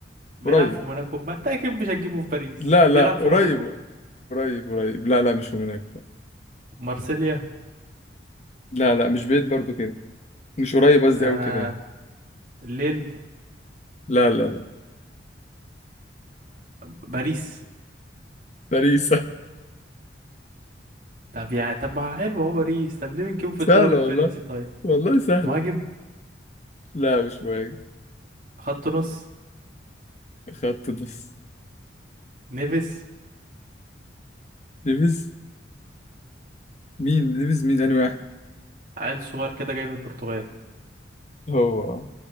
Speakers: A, on the right (about 45°); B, on the left (about 35°).
A: بيلعب
B: قريب
A: في موناكو ما انت اكيد مش هتجيبه في باريس
B: لا لا
A: بيلعب
B: قريب
A: في موناكو
B: قريب قريب لا لا مش هناك
A: مارسيليا
B: لا لا مش بعيد برضو كده مش قريب قصدي
A: آه
B: قوي كده يعني
A: الليل
B: لا لا لا
A: باريس
B: باريس <laughs> سهل-
A: طب يعني طب ما حلو هو باريس طب ليه بتجيبه في
B: سهلة
A: الدوري الفرنسي
B: والله
A: طيب
B: والله سهلة
A: مهاجم
B: لا مش مهم
A: خط نص
B: خط نص
A: نيفيز
B: ليفيز مين ليفيز مين أنهي واحد
A: عيل صغير كده جاي من البرتغال
B: هو